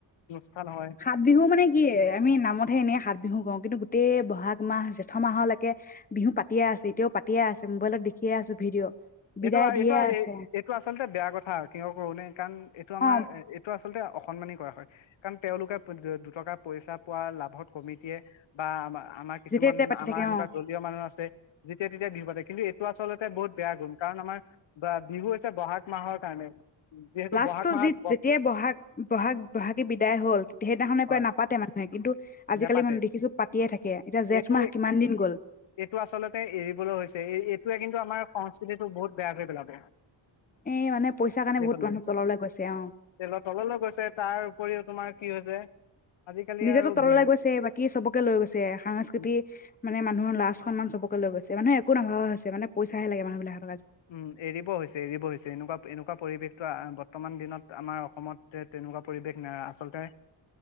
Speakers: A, on the left; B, on the left.
A: ভাল ন হয়
B: সাত বিহু মানে কি আমি নামতহে এনেই সাত বিহু কওঁ কিন্তু গোটেই বহাগ মাহ জেঠ মাহলৈকে বিহু পাতিয়ে আছে এতিয়াও পাতিয়ে আছে মোবাইলত দেখিয়ে আছো ভিডিঅ' বিদায়
A: এইটো
B: দিয়ে
A: এইটো
B: আছে
A: এ এইটো আচলতে বেয়া কথা কিয় কৰোনেে কাৰণ এইটো আমাৰ
B: অ
A: এ এইটো আচ আচলতে অসন্মানি কৰা হয় কাৰণ তেওঁলোকে দুটকা পইচা পোৱা লাভত কমিটিয়ে বা আমাৰ আমাৰ কিছুমান
B: যেতিয়া তেতিয়া পাতি
A: আমাৰ
B: থাকে
A: এনেকুৱা
B: অ
A: দলীয় মানুহ আছে যেতিয়া তেতিয়া বিহু পাতে কিন্তু আচলতে বহুত বেয়া গুণ। বা বিহু হৈছে বহাগ মাহৰ কাৰণে। যিহেতু
B: লাষ্টত
A: বহাগ মাহত
B: যি যেতিয়াই বহাগ বহাগ বহাগী বিদায় হ'ল। সেইদিনাখনৰ
A: হয়
B: পৰা নাপাতে মানুহে কিন্তু আজি
A: নেপাতে
B: কালি মানে দেখিছো পাতিয়ে থাকে। এতিয়া জেঠ
A: এইটো
B: মাহ কিমান দিন গ'ল।
A: এইটো আচলতে এৰিবলৈ হৈছে এই এইটোৱে কিন্তু আমাৰ সংস্কৃতিটো বহুত বেয়া কৰি পেলাব
B: এ মানে পইছা কাৰণে বহুত
A: তললৈও
B: মানুহ তললৈ গৈছে অ
A: গৈছে তাৰ উপৰিও তোমাৰ কি হৈছে, আজিকালি
B: নিজেতো
A: আৰু
B: তললে
A: বিহু
B: গৈছে বাকী চবকে লৈ গৈছে। সাংস্কৃতি
A: উম
B: মান মানে মানুহৰ লাজ- সন্মান চবকে লৈ গৈছে। মানুহে একো নভবা হৈছে মানে পইছাহে লাগে মানুহবিলাকক।
A: উম এৰিব হৈছে এৰিব হৈছে, এনেকুৱা এনেকুৱা পৰিৱেশটো বৰ্তমান দিনত আমাৰ অসমত তেনেকুৱা পৰিৱেশ না আচলতে।